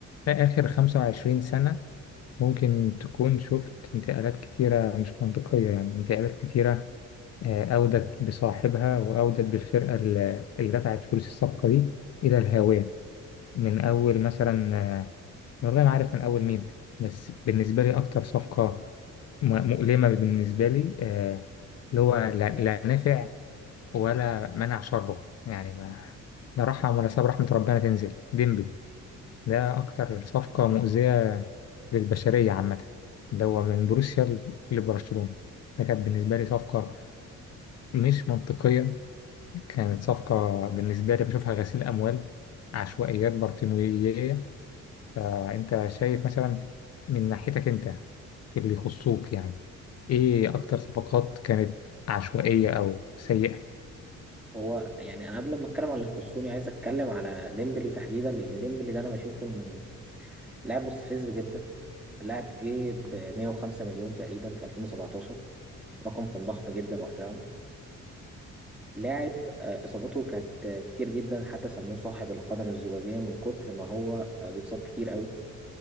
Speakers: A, on the left; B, in the centre.
A: في آخر 25 سنة ممكن تكون شفت انتقالات كتيرة مش منطقية يعني انتقالات كتيرة آه، أودت بصاحبها وأودت بالفرقة ال- اللي دفعت فلوس الصفقة دي إلى الهاوية من أول مثلا آه، والله ما عارف من أول مين بس بالنسبة لي أكتر صفقة م- مؤلمة بالنسبة لي آه، اللي هو لا لا نفع ولا منع شره يعني ما لا رحم ولا ساب رحمة ربنا تنزل ديمبلي ده أكتر صفقة مؤذية للبشرية عامة اللي هو من بروسيا ل- لبرشلونة ده كانت بالنسبة لي صفقة مش منطقية كانت صفقة بالنسبة لي بشوفها غسيل أموال عشوائيات بارتيموية فأنت شايف مثلا من ناحيتك أنت في اللي يخصوك يعني إيه أكتر صفقات كانت عشوائية أو سيئة
B: هو يعني انا قبل ما اتكلم على اللي يخصني عايز اتكلم على ديمبلي تحديدا لان ديمبلي ده انا بشوفه انه لاعب مستفز جدا لاعب جه ب 105 مليون تقريبا في 2017 رقم كان ضخم جدا وقتها لاعب آه، اصاباته كانت آه، كتير جدا حتى سموه صاحب القدم الزجاجيه من كتر ما هو آه، بيتصاب كتير قوي